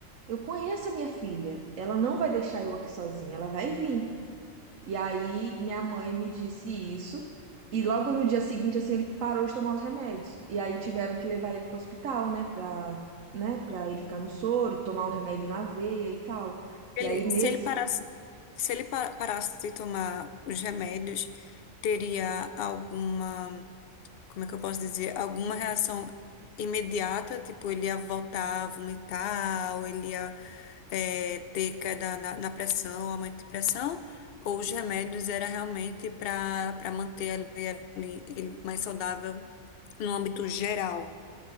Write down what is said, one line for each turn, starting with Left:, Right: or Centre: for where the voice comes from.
Right: Eu conheço a minha filha, ela não vai deixar eu aqui sozinha, ela vai vir. E aí minha mãe me disse isso, e logo no dia seguinte, assim, ele parou de tomar os remédios. E aí tiveram que levar ele pro hospital, né, pra, né, pra ele ficar no soro, tomar o remédio na veia e tal.
Left: Ele,
Right: E aí nesse,
Left: se ele parasse, se ele pa- parasse de tomar os remédios, teria alguma, como é que eu posso dizer, alguma reação imediata, tipo, ele ia voltar a vomitar, ou ele ia eh, ter queda na, na pressão, aumento de pressão, ou os remédios era realmente para para manter ele, ele, ele mais saudável no âmbito geral,